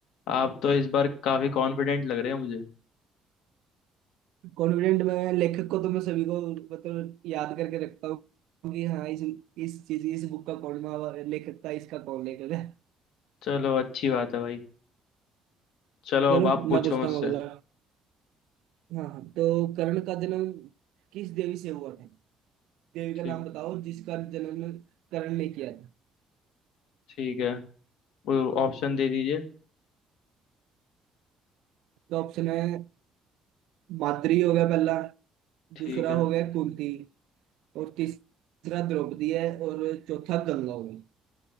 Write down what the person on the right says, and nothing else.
कॉन्फिडेंट मैं लेखक को तो मैं सभी को मतलब याद करके रखता हूँ कि हाँ इस इस चीज इस बुक का कौन महा- लेखक था इसका कौन लेखक है
चलो
मैं पूछता
हूँ अगला हाँ हाँ तो कर्ण का जन्म किस देवी से हुआ था देवी
का नाम बताओ जिसका जन्म कर्ण ने किया था
तो ऑप्शन है माद्री हो गया पहला
दूसरा
हो गया कुंती और तीसरा द्रौपदी है और चौथा गंगा हो गया